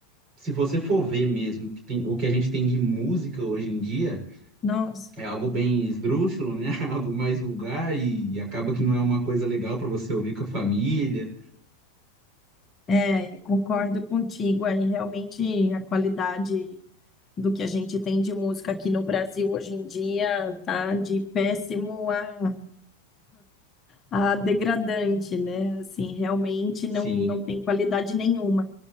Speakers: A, on the right; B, on the left.
A: se você for ver mesmo que tem- o que a gente tem de música hoje em dia,
B: Nossa,
A: é algo bem esdrúxulo, né? <laughs> Algo mais vulgar e acaba que não é uma coisa legal para você ouvir com a família.
B: é, eu concordo contigo aí. Realmente a qualidade do que a gente tem de música aqui no Brasil hoje em dia tá de péssimo a a degradante, né? Assim, realmente
A: Sim.
B: não, não tem qualidade nenhuma.